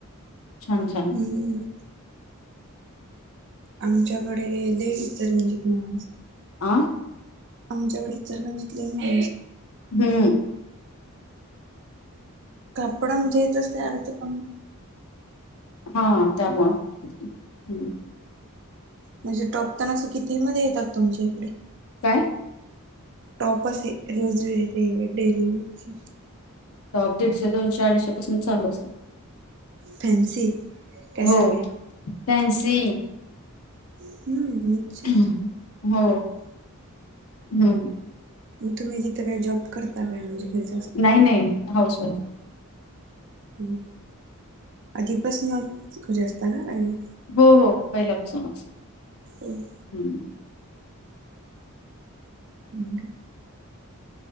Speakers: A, on the left (about 70°); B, on the right (about 55°).
A: छान छान
B: हम्म आमच्याकडे देवीचे रंजिक माळ असते
A: आ
B: आमच्याकडे इचलकरंजीतले
A: हू
B: कपडा आमच्या इथ असतोय आमच पण
A: हा त्यामुळे हू
B: म्हणजे टॉप तेन असं किती मध्ये येतात तुमच्या इकडे
A: काय
B: टॉप असे रोज विअर ते डेली वीयरचे
A: टॉप दिडशे दोनशे अडीशे पासनच चालू अस
B: फॅन्सी काय
A: हो
B: साधे?
A: फॅन्सी
B: हू
A: हू हो हू
B: मग तुम्ही जिथं काय जॉब करता काय म्हणजे घरी जा-.
A: नाही नाही पाऊस.
B: ह आधीपासन घरी असतना राहील.
A: हो हो पहिल्यापासूनच.
B: हम्.
A: हम्म्
B: हक.